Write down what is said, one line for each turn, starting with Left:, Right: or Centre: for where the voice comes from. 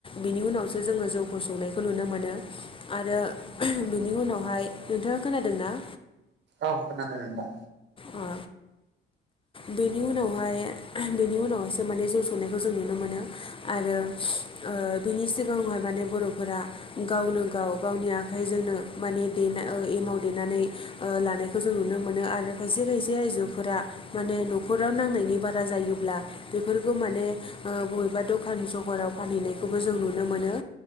Left: बिनि उनावसो जोङो जौखौ संनायखौ नुनो मोनो। आरो ओम बेनि उनावहाय नोंथाङा खोनादोंना?
Right: औ खोनादों नोंथां।
Left: अ बेनि उनावहाय बेनि उनावहायसो माने जौ संनायखौ जों नुनो मोनो। आरो ओ बिनि सिगाङावहाय माने बर'फोरा गावनो गाव गावनि आखाइजोंनो माने देना ‌ओ एमाव देनानै, ओ लानायखौ जों नुनो मोनो। आरो खायसे खायसे आइजोफोरा, माने न'खराव नांनायनि बारा जायोब्ला। बेफोरखौ माने ओ बबेबा दखान सहराव फानहैनायखौबो जों नुनो मोनो।